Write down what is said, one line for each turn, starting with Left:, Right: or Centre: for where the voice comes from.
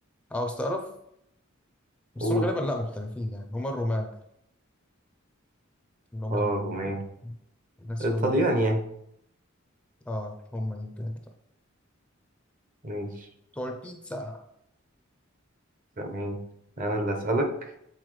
Centre: عاوز تعرف بس
Right: قول
Centre: هما غالبا لأ مختلفين يعني هما الرومان اللي هما
Right: اه
Centre: ال...
Right: رومان
Centre: ال- الناس
Right: الطليان
Centre: اللي هما
Right: يعني
Centre: آه هما يمكن
Right: ماشي
Centre: بتوع البيتزا
Right: تمام انا اللي اسالك